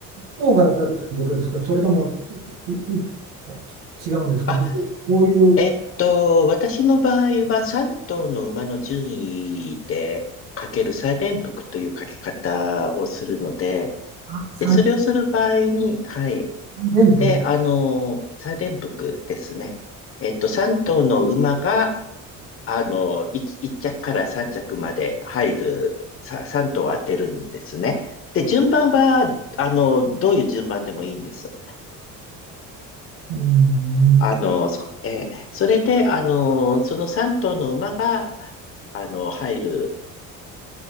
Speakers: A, on the right; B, on the left.
A: 糖が当たるということですか、それともいい違うんですか、
B: あ、
A: どう、どういう
B: えっと、私の場合は3頭の馬の順位でかける3連複というかけ方をするので、
A: 三
B: で、それをする場合に、はい。
A: 三元服。
B: で、あの、三連複ですね。えっと、三頭の馬が、あの、一一着から三着まで入る、さ、三頭を当てるんですね。で、順番は、あの、どういう順番でもいいんです。
A: うーん、
B: あの、そ、えーそれで、あの、その三頭の馬が、あの、入る